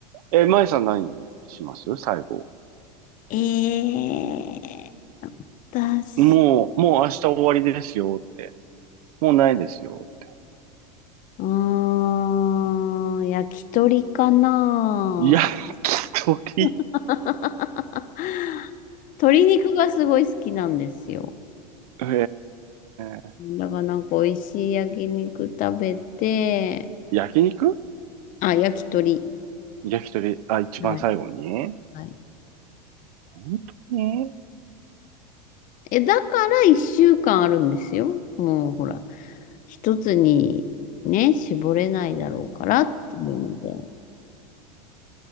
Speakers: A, on the right; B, on the left.
A: え、マイさん何します最後。
B: ええ私、
A: もう、もう明日終わりですよって。もうないですよって。
B: うーん、焼き鳥かな。
A: 焼き鳥。
B: <laughs> 鶏肉がすごい好きなんですよ。
A: えー、
B: だからなんか美味しい焼肉食べて、
A: 焼肉
B: あ、焼き鳥。
A: 焼き鳥、あ、一番最後に
B: はい。はい。
A: 本当に
B: え、だから一週間あるんですよ。もうほら、一つにね、絞れないだろうからっていうので。